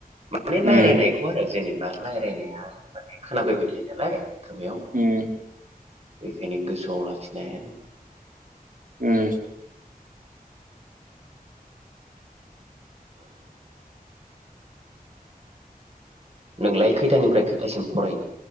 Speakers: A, on the right (about 40°); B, on the right (about 60°).
A: बे रायलायनायखौ
B: उम
A: आरो जेनेबा रायलायनाया माने खोनाफैबाय थायो नालाय खोमायाव
B: उम
A: बेखायनो गोसोआव लाखिनो हाया।
B: उम
A: नोंलाय खैथानिफ्राय खैथासिम फरायो